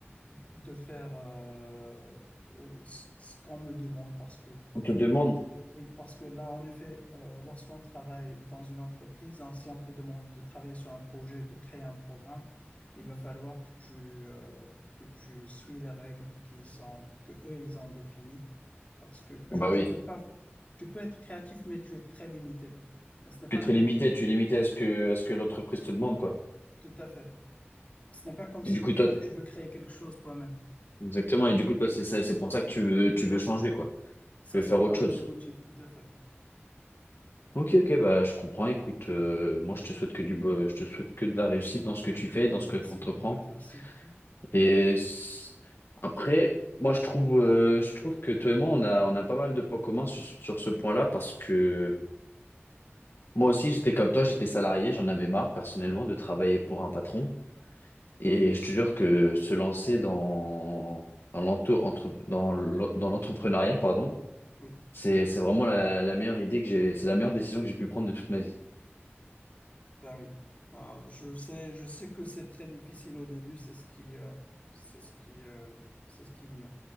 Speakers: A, on the left; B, on the left.
A: de faire euh, euh, ce ce qu'on me demande parce que,
B: On te demande.
A: oui, parce que là, en effet, euh, lorsqu'on travaille dans une entreprise, hein, si on te demande de travailler sur un projet, de créer un programme, il va falloir que tu, euh, que tu suis les règles qui sont, que eux, ils ont définies parce que tu,
B: Bah
A: tu
B: oui.
A: ne peux pas, tu peux être créatif, mais tu es très limité. Mais ce n'est
B: Tu
A: pas
B: es très
A: la même
B: limité,
A: chose.
B: tu es limité à ce que, à ce que l'entreprise te demande, quoi.
A: Tout à fait. Ce n'est pas comme si
B: Et du coup,
A: toi,
B: toi, t'es-
A: tu veux créer quelque chose toi-même.
B: exactement. Et du coup, toi, c'est ça- c'est pour ça que tu veux, tu veux changer, quoi.
A: Ça,
B: Tu veux faire
A: c'est
B: autre
A: parmi
B: chose.
A: les motifs, tout à fait.
B: Ok, ok, bah, je comprends. Écoute, euh, moi, je te souhaite que du, bo- je te souhaite que de la réussite dans ce que tu fais,
A: Merci
B: dans ce que tu entreprends.
A: beaucoup à toi aussi.
B: Et s- après, moi, je trouve, euh, je trouve que toi et moi, on a, on a pas mal de points communs sur, sur ce point-là parce que moi aussi, j'étais comme toi, j'étais salarié, j'en avais marre, personnellement, de travailler pour un patron. Et je te jure que se lancer dans, dans l'ento- entre- dans l'en- dans l'entrepreneuriat, pardon,
A: Oui,
B: c'est, c'est vraiment la, la meilleure idée que j'ai, c'est la meilleure décision que j'ai pu prendre de toute ma vie.
A: ben oui. Euh, je sais, je sais que c'est très difficile au début, c'est ce qui, euh, c'est ce qui, euh, c'est ce qui me,